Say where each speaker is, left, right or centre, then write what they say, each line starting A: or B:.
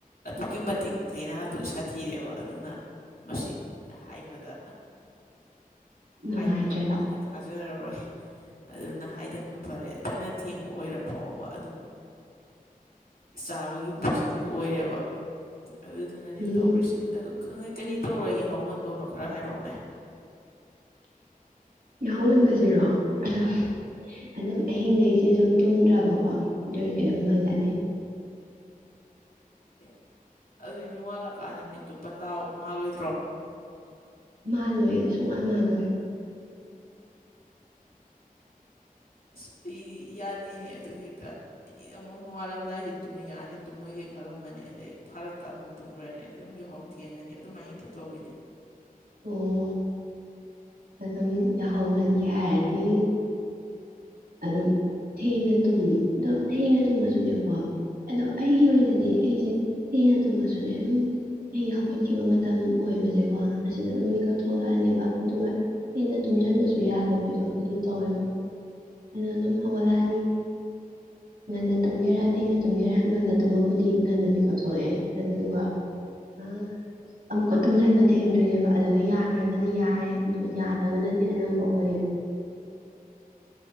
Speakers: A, on the left; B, on the right.
A: ꯑꯗꯨꯛꯀꯤ ꯃꯇꯤꯛ ꯂꯥꯏꯅꯥ ꯇ ꯁꯥꯊꯤꯔꯦꯕ ꯑꯗꯨꯅ ꯃꯁꯤ ꯍꯥꯏꯕꯗ
B: ꯅꯨꯡꯉꯥꯏꯇ꯭ꯔꯦꯕ
A: ꯍꯥꯏꯕꯗ ꯃꯤꯅ ꯊꯥꯖꯔꯔꯣꯏ ꯑꯗꯨꯅ ꯍꯥꯏꯗꯕꯅ ꯐꯔꯦ ꯆꯅ ꯊꯦꯡꯕ ꯑꯣꯏꯔ ꯐꯥꯎꯕ ꯑꯗꯨꯝ ꯆꯥꯕꯒꯤ ꯄꯨꯟꯁꯤꯡꯗꯨ ꯑꯣꯏꯔꯦꯕ ꯑꯗꯨꯗꯨꯅꯅꯦ
B: ꯎꯝ
A: ꯇꯧꯔꯤꯁꯦ ꯑ ꯈꯪꯗꯦ ꯀꯔꯤ ꯇꯧꯔ ꯌꯥꯍꯥꯎ ꯉꯟꯗꯣꯏꯅꯣ ꯈꯔ ꯍꯥꯏꯔꯛꯑꯣꯅꯦ
B: ꯌꯥꯃꯟꯁꯤꯔꯣ ꯑ ꯑꯗꯨꯝ ꯑꯍꯤꯡꯗꯒꯤꯁꯦ ꯁꯨꯝ ꯇꯨꯝꯗ꯭ꯔꯕꯀꯣ ꯑꯗꯨ ꯑꯣꯏꯔꯗꯤ ꯑꯗꯨꯝ ꯉꯜꯂꯅꯤ <inaudible>
A: ꯑꯦ ꯑꯗꯨꯏ ꯅꯣꯡꯉꯥꯜꯂꯛꯀꯥꯟꯗ ꯃꯤꯠꯇꯨ ꯄꯟꯗꯥ ꯃꯥꯜꯂꯣꯏꯗ꯭ꯔꯣ
B: ꯃꯥꯜꯂꯣꯏꯌꯦ ꯁꯨꯡꯃꯜ ꯃꯥꯂꯣꯏ
A: ꯑꯁ ꯑꯩꯗꯤ ꯌꯥꯗꯦꯅꯦ ꯑꯗꯨ ꯍꯦꯛꯇ ꯑꯩꯗ ꯑꯃꯨꯛ ꯅꯣꯡꯉꯥꯜꯂꯝꯗꯥꯏꯁꯤ ꯇꯨꯝꯅꯤꯡꯉꯛꯑꯅꯤ ꯇꯨꯝꯃꯣꯏꯒꯦ ꯈꯜꯂꯝꯃꯅꯤ ꯑꯗꯩ ꯐꯥꯔꯛꯇ ꯑꯃꯨꯛ ꯇꯨꯝꯈ꯭ꯔꯅꯤ ꯑꯩ ꯑꯗꯨꯝ ꯍꯥꯎꯕ ꯊꯦꯡꯉꯅꯤ ꯑꯗꯨꯃꯥꯏꯅ ꯇꯧꯋꯤꯅꯦ
B: <inaudible> ꯑꯣ ꯑꯗꯨꯝ ꯌꯥꯍꯧꯍꯟꯒꯦ ꯍꯥꯏꯔꯗꯤ ꯑꯗꯨꯗꯣ ꯊꯦꯡꯅ ꯇꯨꯝꯃꯤ ꯑꯗꯨꯝ ꯊꯦꯡꯅ ꯇꯨꯝꯃꯁꯨꯅꯦꯕꯀꯣ ꯑꯗꯣ ꯑꯩꯒꯤ ꯑꯣꯏꯅꯗꯤ ꯑꯩꯁꯦ ꯑꯩꯅ ꯇꯨꯝꯃꯁꯨꯅꯦ ꯑꯗꯨꯝ ꯑꯩꯒꯤ ꯍꯧꯒꯠꯈꯤꯕ ꯃꯇꯝ ꯑꯣꯏꯕꯁꯦꯀꯣ ꯑꯁꯤꯗ ꯑꯗꯨꯝ ꯃꯤꯀꯞ ꯊꯣꯛꯂꯛꯑꯅꯦꯕ ꯑꯗꯨꯒ ꯍꯦꯟꯅ ꯇꯨꯝꯁꯤꯟꯕꯁꯨ ꯌꯥꯗꯕꯤꯗꯣ ꯑꯗꯨ ꯇꯧꯋꯦꯕ ꯑꯗꯨꯅ ꯑꯗꯨꯝ ꯍꯧꯒꯠꯂꯛꯑꯅꯤ ꯉꯟꯅ ꯇꯨꯝꯒꯦꯔꯥ ꯊꯦꯡꯅ ꯇꯨꯝꯒꯦꯔꯥ ꯉꯟꯅ ꯇꯨꯝꯃꯕꯨꯗꯤ ꯉꯟꯅ ꯃꯦꯀꯞ ꯊꯣꯛꯑꯑꯦ ꯑꯗꯨꯗꯨꯒ ꯑ ꯑꯃꯨꯛꯀ ꯇꯨꯝꯖꯟ ꯃ ꯊꯦꯝ ꯗꯣꯏꯅꯦꯕ ꯑꯗꯨꯗ ꯌꯥꯈ꯭ꯔꯒꯅ ꯌꯥꯔꯦ ꯑꯗꯨ ꯌꯥꯗꯕꯅꯗꯤ ꯑꯅꯝꯕ ꯑꯣꯏꯌꯦ <inaudible>